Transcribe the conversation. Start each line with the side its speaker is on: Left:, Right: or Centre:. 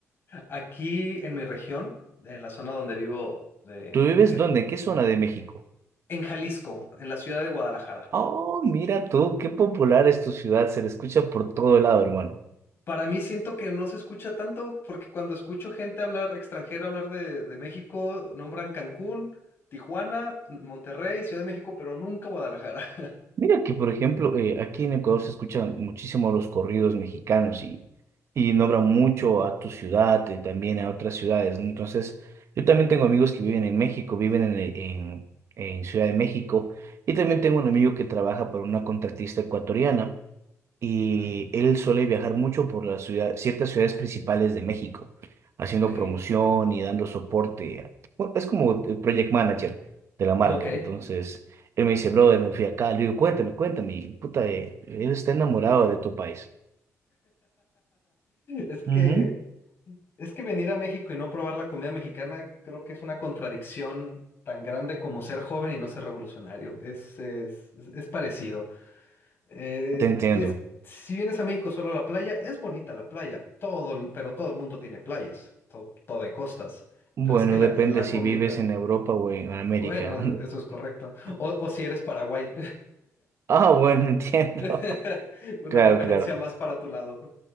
Left: Aquí en mi región, en la zona donde vivo, de,
Right: ¿Tú vives
Left: de mi, r-
Right: dónde? ¿En qué zona de México?
Left: en Jalisco, en la ciudad de Guadalajara.
Right: Oh, mira tú, qué popular es tu ciudad, se le escucha por todo lado, hermano.
Left: Para mí siento que no se escucha tanto, porque cuando escucho gente hablar, extranjera hablar de, de México, nombran Cancún, Tijuana, Monterrey, Ciudad de México, pero nunca Guadalajara. <laughs>
Right: Mira que, por ejemplo, eh, aquí en Ecuador se escuchan muchísimo los corridos mexicanos y, y nombran mucho a tu ciudad y también a otras ciudades, ¿no? Entonces, yo también tengo amigos que viven en México, viven en, el- en, en Ciudad de México y también tengo un amigo que trabaja para una contratista ecuatoriana y
Left: Mm,
Right: él suele viajar mucho por las ciudades, ciertas ciudades principales de México, haciendo
Left: Ok,
Right: promoción y dando soporte. a- bueno, es como el project manager de la marca.
Left: ok. <laughs>
Right: Entonces, él me dice, brother, me fui acá. Le digo, cuéntame, cuéntame. Y, puta, eh, él está enamorado de tu país.
Left: Es que,
Right: Ujú.
Left: es que venir a México y no probar la comida mexicana creo que es una contradicción tan grande como ser joven y no ser revolucionario. Es, es, es es parecido. Eh,
Right: Te entiendo.
Left: tienes- si vienes a México solo a la playa, es bonita la playa, todo el- pero todo el mundo tiene playas, to- todo hay costas.
Right: Bueno,
Left: Pero es que la,
Right: depende
Left: la
Right: si
Left: comida,
Right: vives en Europa o en América.
Left: bueno, e- eso es correcto. O,
Right: <laughs>
Left: o si eres Paraguay,
Right: Ah, bueno, entiendo.
Left: <laughs> una
Right: Claro,
Left: referencia
Right: claro,
Left: más para tu lado.